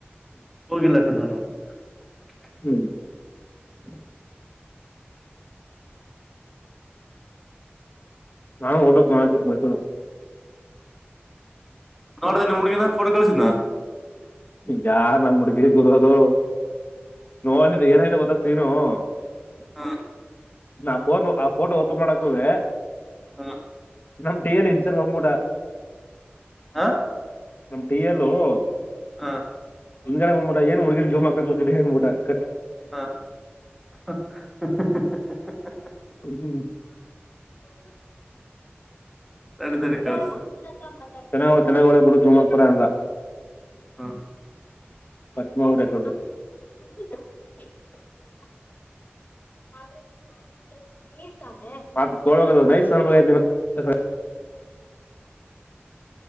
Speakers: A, in the centre; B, on the left.
A: ಹೋಗಿಲ್ಲ ಅಕಡೆ ನಾನು. <unintelligible>
B: ಹೂ <unintelligible>
A: <unintelligible>
B: ನಾನು ಹೋಗಬೇಕ್ ನಾಳೆ ಸ್ವಲ್ಪ ಮೈಸೂರ. <unintelligible>
A: ನೋಡದ ನಿಮ್ಮ ಹುಡುಗಿನಾ ಫೋಟೋ ಕಳಸಿದ್ನ? <unintelligible>
B: ಯಾರ ನಮ್ಮ ಹುಡಗಿಗ ಓದರೋದು ನೋಡ ಇದ ಏನಯತ ಗೊತ್ತ <unintelligible> ಇರೋ <unintelligible>
A: ಹಾ <unintelligible>
B: ನನ್ನ ಪೋನ್ ಆ ಫೋಟೋ ಓಪನ್ ಮಾಡಕ ಹೋದ್ರೆ, <unintelligible>
A: ಹಾ <unintelligible>
B: ನಮ್ಮದ ಟೀಯನ್ ಇಂನ್ಚರ್ ಬಂದಬಿಟ್ಟ. <unintelligible>
A: ಆ <unintelligible>
B: ನಮ್ಮ ಟೀಯಲು, <unintelligible>
A: ಆ <unintelligible>
B: ಮುಂದ ಗಡೇ ಬಂದಬಿಟ್ಟ ಏನ್ ಹುಡಗಿಯರ ಜೂಮ್ ಹಾಕತಬಿಟ್ಟಿ ಅಂದ. <unintelligible>
A: ಹಾ <unintelligible>
B: ಹುಡುಗಿಗೆ, <unintelligible>
A: ತಡಿ
B: ಚಳಿಗಾಲ
A: ತಡಿ ಕಳ್ಸ್ತೀನಿ
B: <inaudible> ಚೆನ್ನಾಗವ್ಳೆ ಚೆನ್ನಾಗವ್ಳೆ ಬಿಡು ಚಲೋ ಆಗ್ತಾರ ಅಂದ, <unintelligible>
A: ಹ
B: ಪದ್ಮಾ ಹೊಡೆಯೋಕ ಹೋದೆ. <unintelligible> <inaudible> ಆದರೆ ಒಂದ್ ಪ್ರಾಬ್ಲಮ್ ನೀರ ತಾನೆ ಒಟ್ಟ ತೋಳದರ ನೈಸಆಗಾ ಬೇಕ್. <unintelligible>